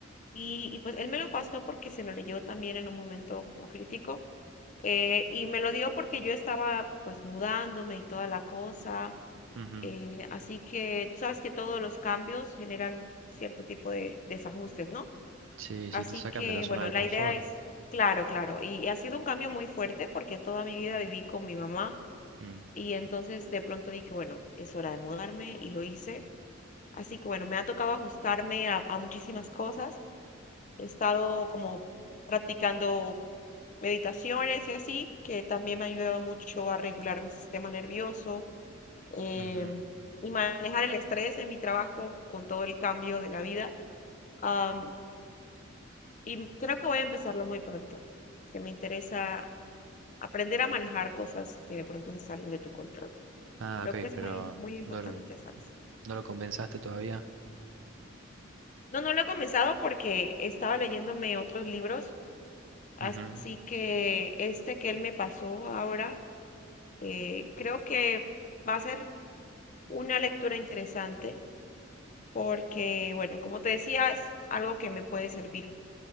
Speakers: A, on the left; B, on the right.
A: Y, y pues él me lo pasó porque se lo leyó también en un momento como crítico. Eh, y me lo dio porque yo estaba pues mudándome y toda la cosa.
B: ujú.
A: eh, así que tú sabes que todos los cambios generan cierto tipo de desajustes, ¿no?
B: Sí, sí,
A: Así
B: te sacan
A: que
B: de la zona
A: bueno,
B: de
A: la
B: confort.
A: idea es, claro, claro. Y, ha sido un cambio muy fuerte porque toda mi vida viví con mi mamá
B: Mm.
A: y entonces de pronto dije, bueno, es hora de mudarme y lo hice. Así que bueno, me ha tocado ajustarme a, a muchísimas cosas. He estado como practicando meditaciones y así, que también me ha ayudado mucho a regular mi sistema nervioso eh,
B: Ujú.
A: y manejar el estrés en mi trabajo con todo el cambio de la vida. Am, y creo que voy a empezarlo muy pronto, que me interesa aprender a manejar cosas que de pronto se salen de tu control.
B: Ah,
A: Creo
B: ok,
A: que es
B: pero
A: muy, muy importante,
B: no, lo-
A: ¿sabes?
B: no lo compensaste todavía.
A: No, no lo he comenzado porque estaba leyéndome otros libros, así
B: Ujú.
A: que este que él me pasó ahora, eh, creo que va a ser Una lectura interesante porque, bueno, como te decía, es algo que me puede servir